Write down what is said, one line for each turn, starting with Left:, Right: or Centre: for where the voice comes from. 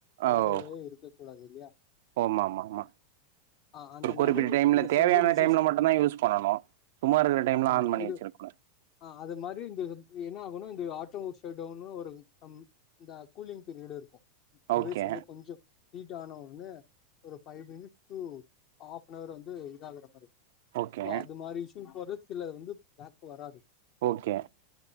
Left: பவரே
Right: ஆவ்
Left: இருக்க கூடாது இல்லையா
Right: ஓ மாம்மாமா
Left: ஆ அந்த
Right: ஒரு குறிப்பிட்ட
Left: மாரி
Right: டைம்ல
Left: இந்த
Right: தேவையான
Left: சர்வர் இஷ்யூஸ்
Right: டைம்ல மட்டுதா யூஸ் பண்ணணு சும்மா இருக்கிற டைம்ல
Left: ஆமா
Right: ஆன் பண்ணி
Left: இது
Right: வச்சிரகூடாது
Left: ஆ அது மாதிரி இந்த என்ன ஆகணு இந்த ஆட்டோ சேடோனு ஒரு தம் இந்த கூலிங் பீரியடு இருக்கு டிவைஸ்
Right: ஓகே
Left: வந்து கொஞ்சோ ஹீட் ஆன உடனே ஒரு five minutes to half hour வந்து இத ஆகுற மாரி
Right: ஓகே
Left: சோ அது மாரி இஷ்யூ போரேத் தில்ல வந்து பேக் வராது
Right: ஓகே